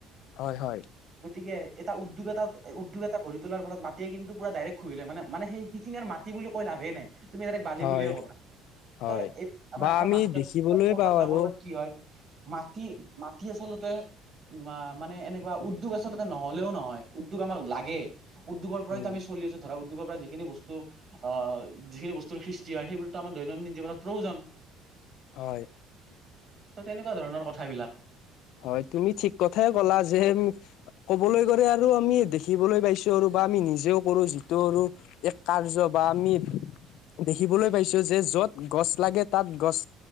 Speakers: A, on the left; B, on the right.
A: হয়, হয়।
B: গতিকে এটা উদ্যোগ এটা উদ্যোগ এটা গঢ়ি তোলাৰ ফলত মাটিয়ে কিন্তু। পুৰা ডাইৰেক্ট শুহি লয়, মানে মানে সেই সেইখিনি আৰু মাটি বুলি কৈ লাভেই নাই, তুমি ডাইৰেক্ট বালি
A: হয়
B: বুলিয়ে কবা।
A: হয়
B: ত' এইব আমাৰ
A: বা
B: আমাৰ
A: আমি
B: মানু
A: দেখিবলৈ
B: কৰবাত
A: পাওঁ
B: নহয়
A: আৰু
B: কৰবাত কি হয় মাটি। টি আচলতে মা মানে এনেকুৱা উদ্যোগ আচলতে নহলেও নহয়, উদ্যোগ আমাক লাগে। উদ্যোগৰ পৰাইতো
A: উম
B: আমি চলি আছো ধৰা। উদ্যোগৰ পৰা যিখিনি বস্তু আ যিখিনি বস্তুৰ সৃষ্টি হয়, সেইবোৰতো আমাৰ দৈনন্দিন জীৱনত প্ৰয়োজন।
A: হয়
B: ত' তেনেকুৱা ধৰণৰ কথাবিলাক।
A: হয় তুমি ঠিক কথাই ক'লা যে। কবলৈ গলে আৰু আমি দেখিবলৈ পাইছো আৰু বা আমি নিজেও কৰো যিটো আৰু এক কাৰ্য বা। বা আমি দেখিবলৈ পাইছো যে য'ত গছ লাগে তাত গছ।